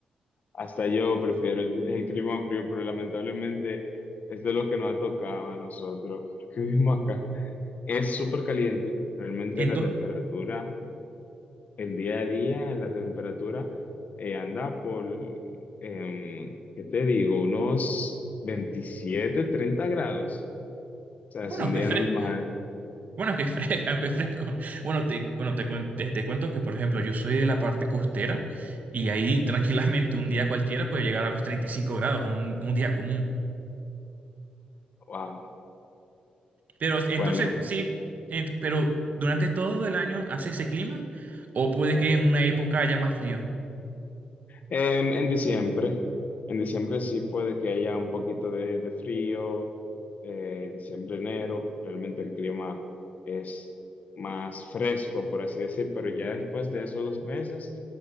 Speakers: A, on the left (about 60°); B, on the right (about 60°).
A: Hasta yo prefiero el, el clima frío, pero lamentablemente esto es de lo que nos ha tocado a nosotros, <laughs> los que vivimos acá. Es súper caliente, realmente
B: Entonces,
A: la temperatura, el día a día, la temperatura eh, anda por, em, ¿qué te digo? Unos 27 30 grados. O sea,
B: bueno,
A: es un
B: que
A: día
B: es fresco.
A: normal.
B: Bueno, que es fresco, <laughs> aunque es fresco. Bueno, te, bueno te, cuen- te, te cuento que, por ejemplo, yo soy de la parte costera y ahí <laughs> tranquilamente un día cualquiera puede llegar a los 35 grados, un, un día común.
A: Wow.
B: Pero entonces,
A: Bueno,
B: sí, ent- pero durante todo el año hace ese clima o puede que en una época haya más frío.
A: Em, en diciembre, en diciembre sí puede que haya un poquito de, de frío, eh, diciembre, enero, realmente el clima es más fresco, por así decir, pero ya después de esos dos meses,